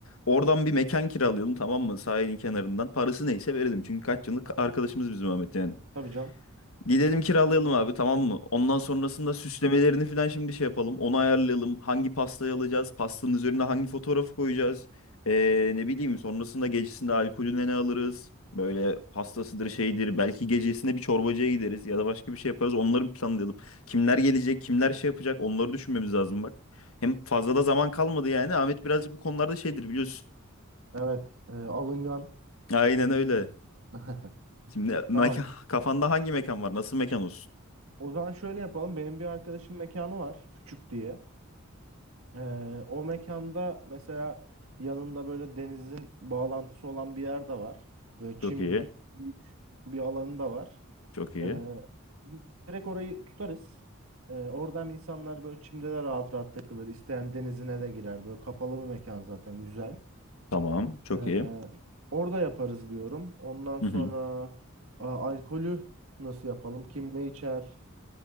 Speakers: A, on the left; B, on the right.
A: Oradan bir mekan kiralayalım tamam mı sahilin kenarından. Parası neyse verelim. Çünkü kaç yıllık arkadaşımız bizim Ahmet yani.
B: Tabii canım.
A: Gidelim kiralayalım abi tamam mı? Ondan sonrasında süslemelerini falan şimdi şey yapalım. Onu ayarlayalım. Hangi pastayı alacağız? Pastanın üzerine hangi fotoğrafı koyacağız? Ee, ne bileyim sonrasında gecesinde alkolüne ne alırız? Böyle pastasıdır şeydir. Belki gecesinde bir çorbacıya gideriz ya da başka bir şey yaparız. Onları bir planlayalım. Kimler gelecek? Kimler şey yapacak? Onları düşünmemiz lazım bak. Hem fazla da zaman kalmadı yani. Ahmet birazcık bu konularda şeydir biliyorsun.
B: Evet. e, alıngan.
A: Aynen öyle.
B: <laughs>
A: Şimdi mekan,
B: Tamam
A: kafanda hangi mekan var? Nasıl mekan olsun?
B: O zaman şöyle yapalım. Benim bir arkadaşım mekanı var. Küçük diye. Ee, o mekanda mesela yanında böyle denizin bağlantısı olan bir yer de var. Böyle
A: Çok
B: çim
A: iyi.
B: büyük bir alanı da var.
A: Çok iyi.
B: Ee, direkt orayı tutarız. Ee, oradan insanlar böyle çimde de rahat rahat takılır. İsteyen denizine de girer. Böyle kapalı bir mekan zaten güzel.
A: Tamam. Çok
B: Ee,
A: iyi.
B: orada yaparız diyorum. Ondan sonra
A: Hı hı.
B: a, alkolü nasıl yapalım? Kim ne içer?